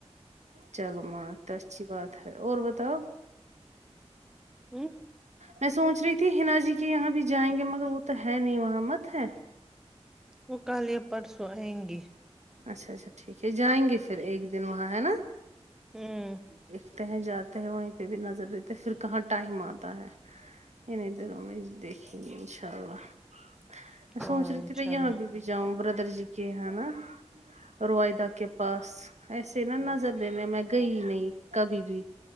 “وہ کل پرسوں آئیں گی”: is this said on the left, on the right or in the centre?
Centre